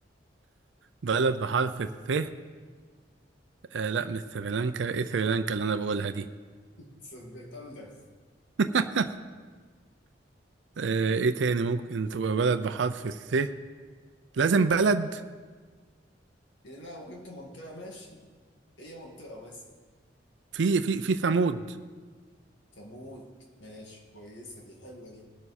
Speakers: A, on the right; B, on the left.
A: بلد بحرف الث آه لا مش سريلانكا ايه سريلانكا اللي انا بقولها دي
B: صدقت قلبك
A: <laughs> آه، ايه تاني ممكن تبقى بلد بحرف الث لازم بلد
B: إيه، لا وجبت منطقة ماشي هي منطقة مثلا
A: في في في ثمود
B: تموت ماشي كويسة دي حلوة دي